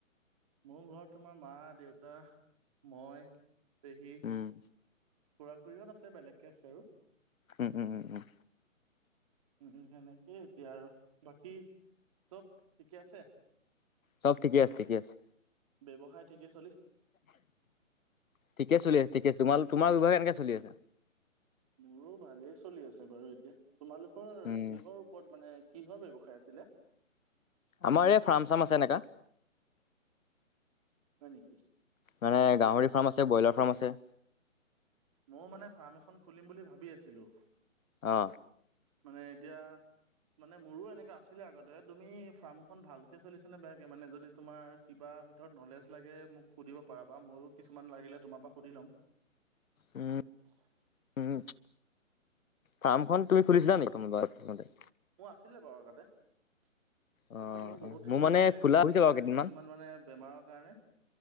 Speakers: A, on the right; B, on the left.
A: মোৰ ঘৰত তোমাৰ মা দেউতা মই পেহী খুড়া
B: উম
A: খুৰীহঁত আছে বেলেগকে আছে আৰু
B: ওম ওম ওম ওম।
A: উম সেনেকেই এতিয়া আৰু বাকী চব ঠিকে আছে?
B: চব ঠিকে আছে ঠিকে আছে
A: ব্যৱসায় ঠিকে আছে।
B: ঠিকে চলি আছে ঠিকে আছে তোমাৰ ব্যৱহাৰ কেনেকুৱা চলি আছে?
A: মোৰো ভালেই চলি আছে বাৰু এতিয়া তোমালোকৰ
B: উম
A: কিহৰ ওপৰত মানে কিহৰ ব্যৱসায় আছিলে। <unintelligible>
B: আমাৰ এই ফাৰ্ম চাৰ্ম আছে এনেকা।
A: হয় নেকি?
B: মানে গাহৰি ফাৰ্ম আছে ব্ৰইলাৰ ফাৰ্ম আছে।
A: মইও মানে ফাৰ্ম এখন খুলিম বুলি ভাবি আছিলোঁ।
B: অ
A: মানে এতিয়া মানে মোৰো এনেককা আছিলে আগতে তুমি ফাৰ্মখন ভালকে চলিছা নে বেয়াকে মানে যদি তোমাৰ কিবা। তাৰ ভিতৰত ন'লেজ লাগে মোক সুধিব পাৰা বা মইো কিছুমান লাগিলে তোমাৰ পৰা সুধি ল'ম।
B: উম
A: <unintelligible>
B: উম ফাৰ্মখন তুমি খুলিছিলা নেকি তোমাৰতে।
A: মোৰ আছিলে বাৰু আগতে। তাৰপিছত
B: অ
A: মোৰ বহুতখিনি হৈছিলে
B: মানে খোলা
A: খালি
B: হৈছে বাৰু কেইদিনমান
A: কিছুমান মানে বেমাৰৰ কাৰণে।